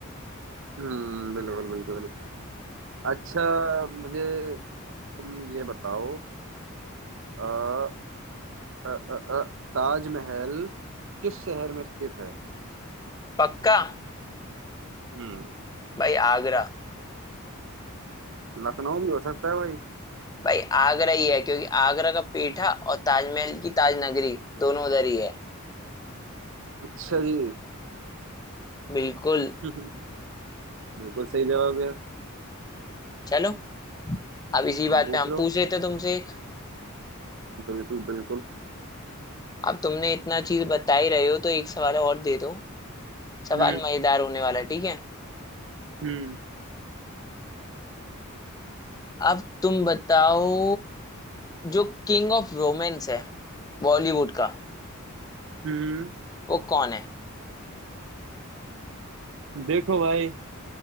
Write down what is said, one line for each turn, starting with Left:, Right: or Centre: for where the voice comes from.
Right: <laughs> हम्म बिल्कुल बिल्कुल अच्छा मुझे तुम ये बताओ अ, अ, अ, अ, ताजमहल किस शहर में स्थित है
Left: पक्का
Right: हम्म
Left: भाई आगरा
Right: लखनऊ भी हो सकता है भाई
Left: भाई आगरा ही है क्योंकि आगरा का पेठा और ताजमहल की ताज नगरी दोनों उधर ही है
Right: अच्छा जी
Left: बिल्कुल
Right: <laughs> बिल्कुल सही जवाब यार
Left: चलो अब इसी बात
Right: हम पूछ
Left: पे हम
Right: लो
Left: पूछ रहे थे तुमसे एक
Right: तो। बिल्कुल बिल्कुल
Left: अब तुमने इतना चीज बता ही रहे हो तो एक सवाल और दे दो सवाल
Right: हम्म
Left: मजेदार होने वाला है ठीक है
Right: हम्म
Left: अब तुम बताओ जो किंग ऑफ रोमांस है बॉलीवुड का
Right: हम्म
Left: वो कौन है
Right: देखो भाई